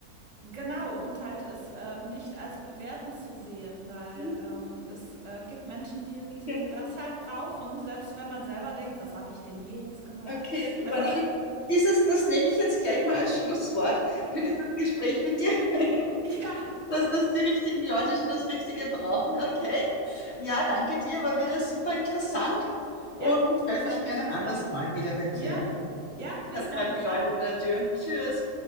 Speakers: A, on the right; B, on the left.
A: genau und halt es äh, nicht als bewertend zu sehen, weil
B: Mhm,
A: ähm, es äh, gibt Menschen, die
B: Okay,
A: die das halt brauchen, selbst wenn man selber denkt, was habe ich denn hier jetzt gemacht?
B: Okay, super.
A: Also
B: Na, das, dieses, das nehme ich jetzt gleich mal als Schlusswort für
A: <laughs> mhm,
B: dieses Gespräch mit dir, <laughs>
A: ja,
B: dass, dass die richtigen Leute schon das Richtige brauchen. Okay. Ja, danke dir, war wieder super interessant und
A: ja,
B: ich melde
A: es
B: mich
A: hat
B: gerne
A: mich gefreut.
B: ein anderes Mal wieder bei
A: Ja,
B: dir.
A: ja, bis
B: Hat
A: dann,
B: gerade geläutet
A: ciao.
B: in der Tür. Tschüss.